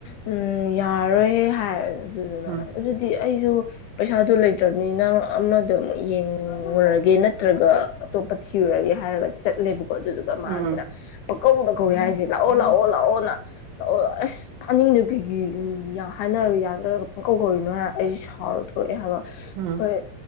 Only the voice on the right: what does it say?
ꯎꯝ
ꯎꯝ ꯎꯝ
ꯎꯝ